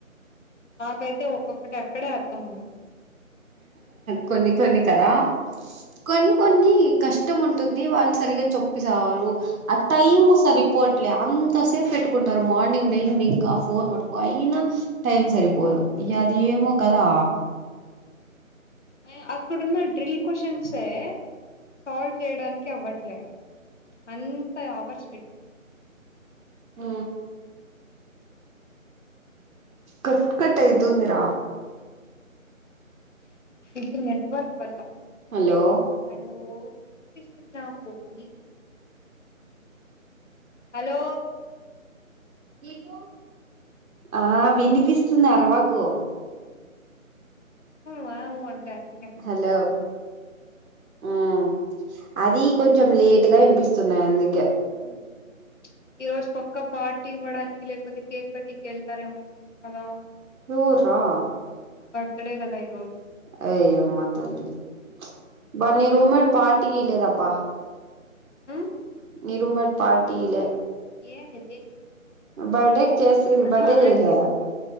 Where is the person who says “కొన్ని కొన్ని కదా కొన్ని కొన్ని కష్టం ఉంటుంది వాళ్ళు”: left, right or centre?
Right